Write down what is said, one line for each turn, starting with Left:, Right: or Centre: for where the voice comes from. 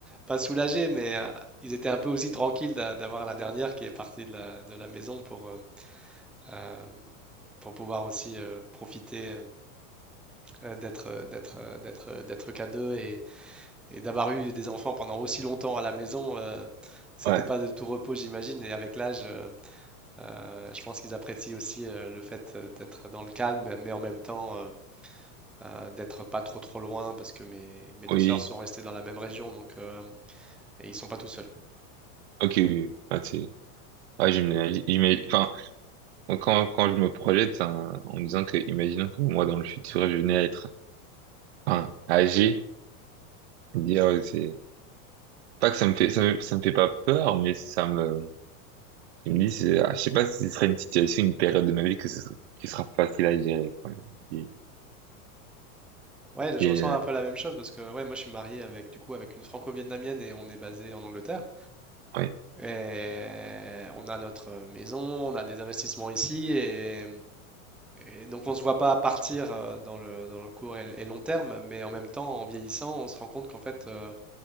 Centre: pas soulagés, mais euh, ils étaient un peu aussi tranquilles d'a- d'avoir la dernière qui est partie de la, de la maison pour, euh, euh, pour pouvoir aussi euh, profiter euh, d'être, euh, d'être, euh, d'être, euh, d'être qu'à deux et, et d'avoir eu des enfants pendant aussi longtemps à la maison. euh, c'était
Right: ouais,
Centre: pas de tout repos, j'imagine. Et avec l'âge, euh, euh, je pense qu'ils apprécient aussi euh, le fait euh, d'être dans le calme, mais en même temps. euh, euh, d'être pas trop trop loin parce que mes, mes deux
Right: oui,
Centre: sœurs sont restées dans la même région donc euh, et ils sont pas tout seuls.
Right: ok, oui, oui. Ah, c'est- ouais, j'imagine, j'imagine- enfin, quand, quand je me projette, c'est un- en me disant que, imaginons que moi, dans le futur, je venais à être, enfin, âgé, je me dis, ah ouais, c'est, pas que ça me fait, ça me, ça me fait pas peur, mais ça me, je me dis, c'est, ah, je sais pas si ce serait une situation, une période de ma vie que ce, qui sera facile à gérer, quoi. Et,
Centre: Ouais, je
Right: et,
Centre: ressens
Right: euh,
Centre: un peu la même chose parce que ouais, moi je suis marié avec du coup avec une franco-vietnamienne et on est basé en Angleterre
Right: ouais,
Centre: et on a notre maison, on a des investissements ici et, et donc on se voit pas partir euh, dans le dans le court et, et long terme mais en même temps en vieillissant, on se rend compte qu'en fait euh,